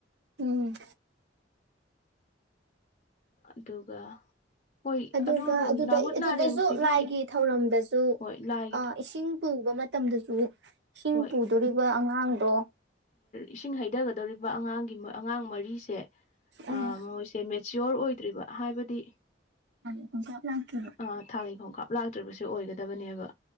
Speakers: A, on the right (about 70°); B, on the left (about 35°).
A: ꯎꯝ
B: ꯑꯗꯨꯒ ꯍꯣꯏ
A: ꯑꯗꯨꯒ
B: ꯑꯗꯨ
A: ꯑꯗꯨꯗ
B: ꯅꯥꯍꯨꯠ
A: ꯑꯗꯨꯗꯁꯨ
B: ꯅꯥꯔꯦꯡꯁꯤꯒꯤ
A: ꯂꯥꯏꯒꯤ ꯊꯧꯔꯝꯗꯁꯨ
B: ꯍꯣꯏ ꯂꯥꯏꯒꯤ
A: ꯑ ꯏꯁꯤꯡ ꯄꯨꯕ ꯃꯇꯝꯗꯁꯨ ꯏꯁꯤꯡ
B: ꯍꯣꯏ
A: ꯄꯨꯗꯣꯔꯤꯕ ꯑꯉꯥꯡꯗꯣ
B: ꯏꯁꯤꯡ ꯍꯩꯊꯒꯗꯧꯔꯤꯕ ꯑꯉꯥꯡꯒꯤ ꯑꯉꯥꯡ ꯃꯔꯤꯁꯦ
A: ꯍꯥꯟꯅ
B: ꯑ ꯃꯣꯏꯁꯦ ꯃꯦ ꯃꯦꯆ꯭ꯌꯣꯔ ꯑꯣꯏꯗ꯭ꯔꯤꯕ ꯍꯥꯏꯕꯗꯤ
A: ꯦ <unintelligible>
B: ꯑ ꯊꯥꯒꯤ ꯈꯣꯡꯀꯥꯞ ꯂꯥꯛꯇ꯭ꯔꯤꯕꯁꯦ ꯑꯣꯏꯒꯗꯕꯅꯦꯕ